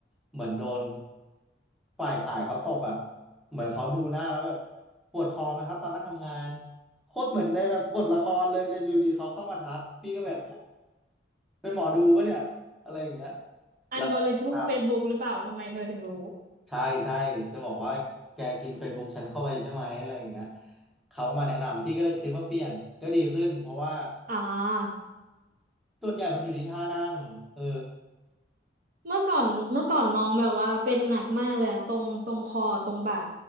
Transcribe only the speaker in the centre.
เหมือนโดนฝ่ายขายเขาตกอ่ะเหมือนเขาดูหน้าแล้วแบบปวดคอไหมครับตอนนั่งทำงานโคตรเหมือนในแบบบทละครเลยแต่อยู่ดีเขาเข้ามาทักพี่ก็แบบฮะเป็นหมอดูปะเนี่ยอะไรอย่างเงี้ย
แล้วเขาก็ทำใช่ใช่จะบอกว่าแกกิน Facebook ฉันเข้าไปใช่ไหมอะไรอย่างเงี้ยเขาก็มาแนะนำพี่ก็เลยซื้อมาเปลี่ยนก็ดีขึ้นเพราะว่า
ส่วนใหญ่มันอยู่ที่ท่านั่งเออ